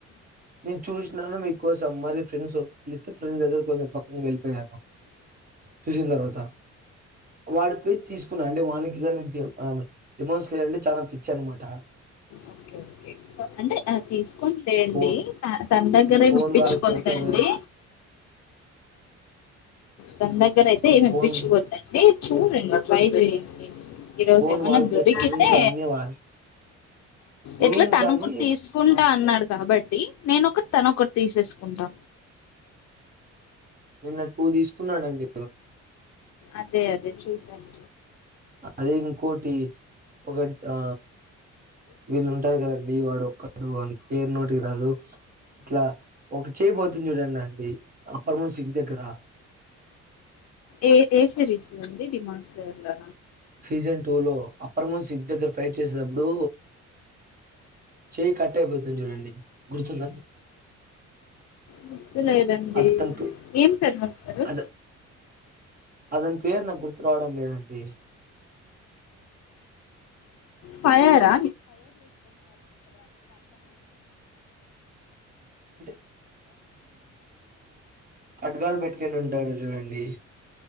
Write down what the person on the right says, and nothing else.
నేను చూసినాను మీకోసం మరి పెన్సు లేస్తే ఫ్రెండ్స్ దగ్గర కొంచెం పక్కంగా వెళ్ళిపోయాను చూసిన తర్వాత వాడి పెయ్ తీసుకున్నాడంటే వానికి గనీ డిమ్ ఆమె డిమోస్ లేయర్ అంటే చానా పిచ్ చెన్మఠ
ఫోన్
ఫోన్
వాల్ పేపర్
ఫోన్
ఫోన్ వాల్
పేపర్ అన్ని వాల్ నేను
దాన్ని
నిన్న టూ తీసుకున్నానండి
అదే ఇంకోటి ఒగట్ ఆ వీళ్ళు ఉంటారు కదండి వాడు ఒక్కడు వాని పేరు నోటికి రాదు ఇట్లా ఒక చేయ్ పోతుంది చూడండండి అప్పరము సిక్స్ దగ్గర
సీజన్ టూ లో అప్పర్మన్ సిక్స్ దగ్గర ఫైట్ చేసేతప్పుడు చేయి కట్ అయిపోతుంది చూడండి గుర్తుందా
అనిపి
అదే అ అతని పేరు నాకు గుర్తు రావడం లేదండి
అంటే ఖడ్గాలు బెట్టుకొని ఉంటారు జూడండి